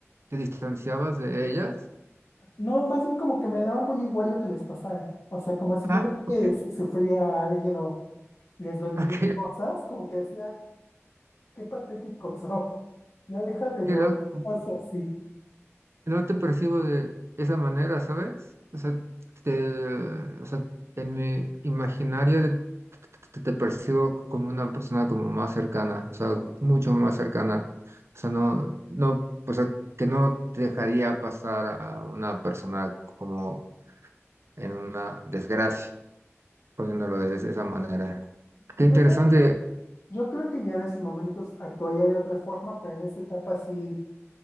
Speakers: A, on the right (about 60°); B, on the left (about 65°).
A: te distanciabas de ellas?
B: No, más bien como que me daba muy igual lo que les pasara. O sea, como si
A: Ah,
B: yo
A: ok,
B: veía que si sufría a alguien o les dolía
A: <laughs> ok,
B: cosas, como que decía, ay, qué patético <laughs> son. Ya deja de
A: qué
B: llorar,
A: loco.
B: o sea, sí.
A: no te percibo de esa manera, ¿sabes? O sea, te, o sea, en mi imaginario de- te, te percibo como una persona como más cercana, o sea, mucho más cercana. O sea, no, no, o sea, que no te dejaría pasar a una persona como en una desgracia, poniéndolo de es- esa manera. Qué
B: Yo
A: interesante
B: creo, yo creo que ya en esos momentos actuaría de otra forma, pero en esa etapa sí,